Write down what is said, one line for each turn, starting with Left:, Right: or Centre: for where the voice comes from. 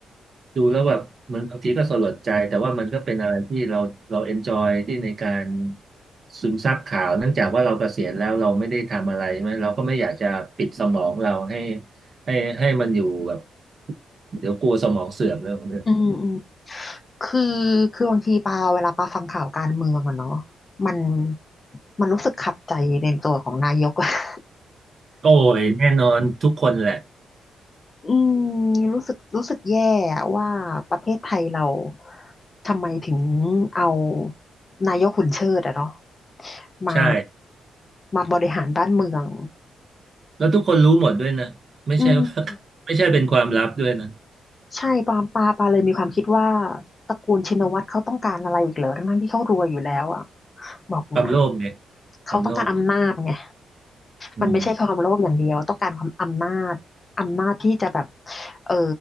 Right: ดูแล้วแบบเหมือนบางทีก็สลดใจแต่ว่ามันก็เป็นอะไรที่เราเราเอนจอยที่ในการซึมซับข่าวเนื่องจากว่าเราเกษียณแล้วเราไม่ได้ทำอะไรใช่ไหมเราก็ไม่อยากจะปิดสมองเราให้ให้ให้มันอยู่แบบเดี๋ยวกลัวสมองเสื่อมเรื่องของเรื่อง
Left: อืมอืมคือคือบางทีปาเวลาปาฟังข่าวการเมืองอะเนาะมันมันรู้สึกขัดใจในตัวของนายกอะ <laughs>
Right: โอ้ยแน่นอนทุกคนแหละ
Left: อืมรู้สึกรู้สึกแย่อะว่าประเทศไทยเราทำไมถึงเอานายกหุ่นเชิดอะเนาะมา
Right: ใช่
Left: มาบริหารบ้านเมือง
Right: แล้วทุกคนรู้หมดด้วยนะไม่ใช่
Left: อืม
Right: <laughs> ว่า <laughs> ไม่ใช่เป็นความลับด้วยนะ
Left: ใช่ปาปาปาเลยมีความคิดว่าตระกูลชินวัตรเขาต้องการอะไรอีกเหรอทั้งๆที่เขารวยอยู่แล้วอ่ะบอกเนี่ย
Right: ความโลภเนี่ย
Left: เขาต้องการอำนาจไง
Right: ความโลภไงอืม
Left: มันไม่ใช่ความโลภอย่างเดียวต้องการความอำนาจอำนาจที่จะแบบเออ